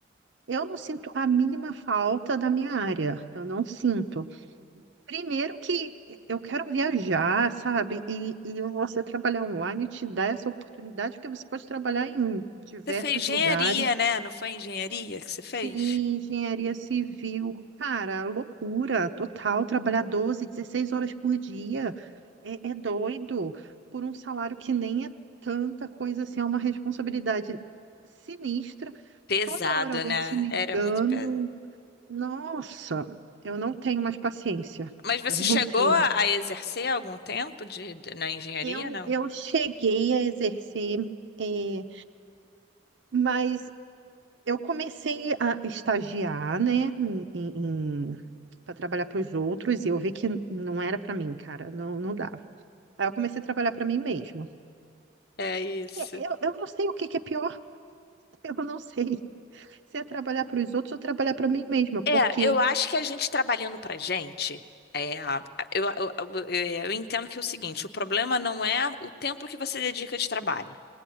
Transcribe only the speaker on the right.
Eu não sinto a mínima falta da minha área. Eu não sinto. Primeiro que eu quero viajar, sabe? E, e você trabalhar online te dá essa oportunidade, porque você pode trabalhar em diversos
lugares.
Sim,
engenharia civil. Cara, loucura total. Trabalhar 12, 16 horas por dia é, é doido. Por um salário que nem é tanta coisa assim, é uma responsabilidade sinistra.
Toda hora alguém
te ligando.
Nossa, eu não tenho mais paciência.
Eu não
tenho.
Eu,
eu cheguei a exercer, é, mas eu comecei a estagiar, né, em, para trabalhar para os outros e eu vi que não era para mim, cara, não, não dava. Aí eu comecei a trabalhar para mim mesma.
E Eu, eu não sei o que que é pior, <laughs> eu não sei se é trabalhar para os outros ou trabalhar para mim mesma, porque